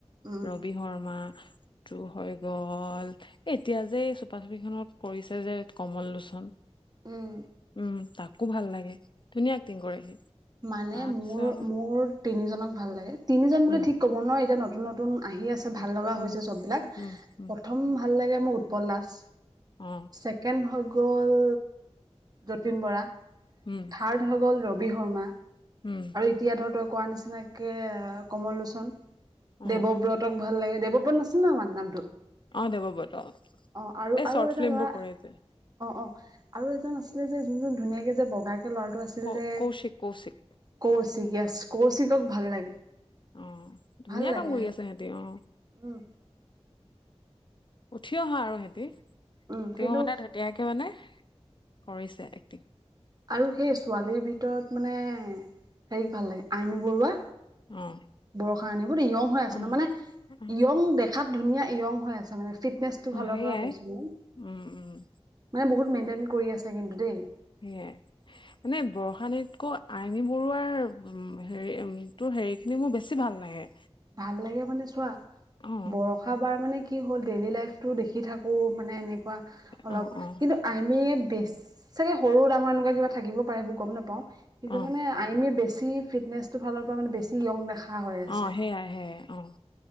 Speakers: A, on the right (about 35°); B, on the left (about 45°).
A: উম
B: ৰবি শৰ্মাটো হৈ গ'ল। এতিয়া যে এই চুপা চুপিখনত কৰিছে যে, কমল লোচন।
A: উম
B: উম তাকো ভাল লাগে। ধুনীয়া এক্টিং কৰে সি।
A: মানে
B: তাৰপিছত
A: মোৰ-মোৰ তিনিজনক ভাল লাগে। তিনিজন বুলি
B: উম
A: ঠিক ক'ব নোৱাৰোঁ। এতিয়া নতুন নতুন আহি আছে
B: উম
A: ভাল লগা হৈছে চব বিলাক।
B: উম উম উম
A: প্ৰথম ভাল লাগে মোৰ উৎপল দাস।
B: অ
A: ছেকেণ্ড হৈ গ'ল যতীন বৰা।
B: উম।
A: থাৰ্ড হৈ গ'ল ৰবি শৰ্মা।
B: উম।
A: আৰু এতিয়া ধৰ তই কোৱা নিচিনাকে কমল লোচন।
B: অ
A: দেৱব্ৰতক ভাল লাগে। দেৱব্ৰত নাছিল জানো তাৰ নামটো?
B: অ দেৱব্ৰত অ
A: অ আৰু
B: এই
A: আৰু
B: শৰ্ট
A: এটা
B: ফিল্ম
A: ল'ৰা
B: বোৰ কৰে যে।
A: অ' অ' আৰু এজন আছিলে যে, যোনজন ধুনীয়াকে যে বগাকে ল'ৰাটো আছিল
B: ক
A: যে
B: কৌশিক-কৌশিক।
A: কৌশিক ইয়েছ, কৌশিকক ভাল লাগে।
B: অ' ধুনীয়া
A: ভাল লাগে
B: কাম কৰি আছে সিহঁতে। উ'
A: উম
B: উঠি অহা আৰু সিহতি।
A: উম
B: তেওঁ
A: কিন্তু
B: মানে ধুনীয়াকে মানে কৰিছে এক্টিং।
A: আৰু সেই ছোৱালীৰ ভিতৰত মানে হেৰিক ভাল লাগে আইমি বৰুৱা।
B: অ'।
A: বৰষাৰাণী বহুত য়ং হৈ আছে
B: অ
A: ন' মানে
B: অ
A: য়ং দেখাত ধুনীয়া য়ং হৈ আছে মানে, ফিটনেচ টো ফালৰ
B: সেইয়াই
A: পৰা কৈছো মানে।
B: উম', উম'।
A: মানে বহুত মেইনটেইন কৰি আছে কিন্তু দেই।
B: সেয়াই। মানে বৰষাৰাণীতকৈ আইমী বৰুৱাৰ উ' হেৰি উম' তটো হেৰি সেই খিনি মোৰ বেছি ভাল লাগে।
A: ভাল লাগে মানে চোৱা,
B: অ
A: বৰ বৰষা বাৰ মানে কি হ'ল, ডেইলি লাইফটো দেখি থাকো। মানে এনেকুৱা অলপ
B: অ অ
A: কিন্তু আইমী বেছি সৰু ডাঙৰ এনেকুৱা কিবা থাকিব পাৰেিবোৰ গম নাপাও কিন্তু
B: অ
A: মানে আইমি বেছি ফিটনেচটো ফালৰ পৰা মানে বেছি য়ং দেখা হৈ আছে
B: অ' সেইয়াই-সেয়াই অ'।